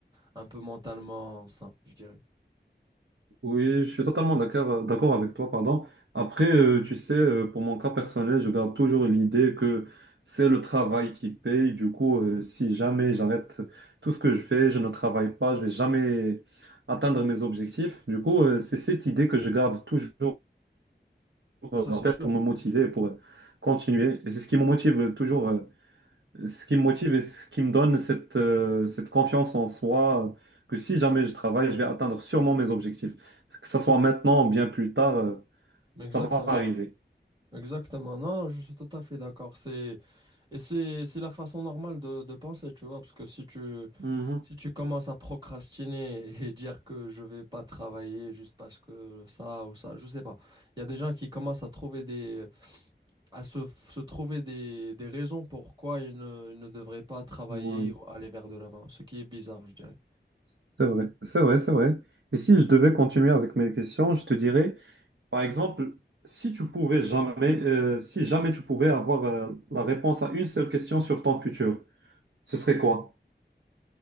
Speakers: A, on the right (about 25°); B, on the right (about 80°).
A: un peu mentalement sain, je dirais.
B: Oui, je suis totalement d'accord, euh, d'accord avec toi, pardon. Après, euh, tu sais, euh, pour mon cas personnel, je garde toujours l'idée que c'est le travail qui paye. Du coup, euh, si jamais j'arrête tout ce que je fais, je ne travaille pas, je vais jamais atteindre mes objectifs. Du coup, euh, c'est cette idée que je garde toujours euh,
A: Ça,
B: en
A: c'est
B: tête
A: sûr.
B: pour me motiver, et pour euh, continuer. Et c'est ce qui me motive euh, toujours. euh, ce qui me motive et ce qui me donne cette, euh, cette confiance en soi, euh, que si jamais je travaille, je vais atteindre sûrement mes objectifs. Que ça soit maintenant ou bien plus tard, euh,
A: Exactement.
B: ça va arriver.
A: Exactement. Non, non, je suis tout à fait d'accord. C'est, et c'est, c'est la façon normale de, de penser, tu vois, parce que si tu,
B: Mhm.
A: Si tu commences à procrastiner et dire que je vais pas travailler juste parce que ça ou ça, je sais pas. Il y a des gens qui commencent à trouver des, à se, se trouver des, des raisons pourquoi ils ne, ils ne devraient pas travailler
B: Ouais.
A: ou aller vers de l'avant, ce qui est bizarre, je dirais.
B: C'est vrai, c'est vrai, c'est vrai. Et si je devais continuer avec mes questions, je te dirais, par exemple, si tu pouvais jamais, euh, si jamais tu pouvais avoir, euh, la réponse à une seule question sur ton futur, ce serait quoi?